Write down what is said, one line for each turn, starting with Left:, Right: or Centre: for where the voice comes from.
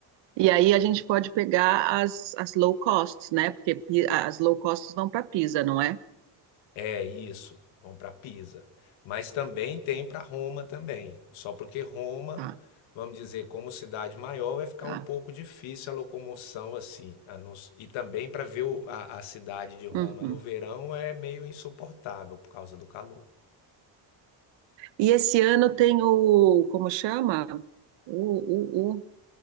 Right: E aí a gente pode pegar as, as low costs, né? Porque Pi- as low costs vão para Pisa, não é?
Left: É isso, vão para Pisa. Mas também tem para Roma também. Só porque Roma,
Right: Tá,
Left: vamos dizer, como cidade maior, vai ficar
Right: tá.
Left: um pouco difícil a locomoção assim. a nos- E também para ver o- a, a cidade de Roma
Right: Uhum.
Left: no verão é meio insuportável por causa do calor.
Right: E esse ano tem o, como chama? O, o, o-